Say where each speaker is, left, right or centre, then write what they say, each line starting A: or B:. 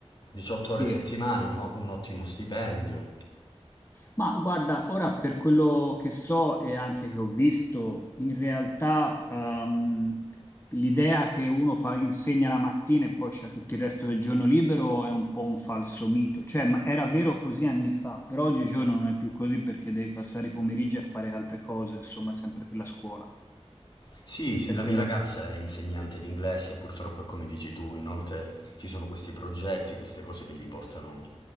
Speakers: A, on the left; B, on the left.
A: 18
B: sì.
A: ore a settimana, un, o- un ottimo stipendio,
B: Ma guarda, ora per quello che so e anche che ho visto, in realtà ehm, l'idea che uno fa- insegna la mattina e poi c'è tutto il resto del giorno libero è un po' un falso mito. Cioè, ma era vero così anni fa, però oggigiorno non è più così perché devi passare i pomeriggi a fare altre cose, insomma, sempre per la scuola.
A: Sì,
B: Questo
A: sì,
B: è
A: la
B: quello.
A: mia ragazza è insegnante di inglese, purtroppo è come dici tu, inoltre ci sono questi progetti, queste cose che gli portano